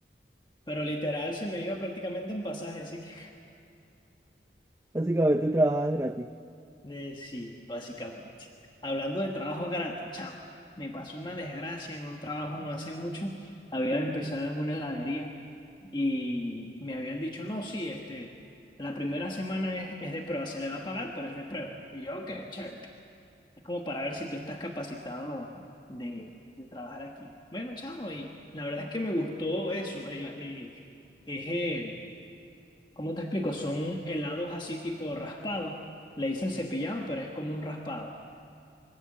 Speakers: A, on the left (about 25°); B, on the right (about 15°).
A: Pero literal se me iba prácticamente en pasaje, así que
B: Básicamente trabajas gratis.
A: <laughs> eh, sí, básicamente. Hablando de trabajo gratis, chamo, me pasó una desgracia en un trabajo no hace mucho. Había empezado en una heladería y me habían dicho, no, sí, este, la primera semana es, es de prueba, se le va a pagar, pero es de prueba. Y yo, ok, chévere. Es como para ver si tú estás capacitado de, de trabajar aquí. Bueno, chamo, y la verdad es que me gustó eso. eh, eh, es, eh, ¿cómo te explico? Son helados así tipo raspados. Le dicen cepillado, pero es como un raspado,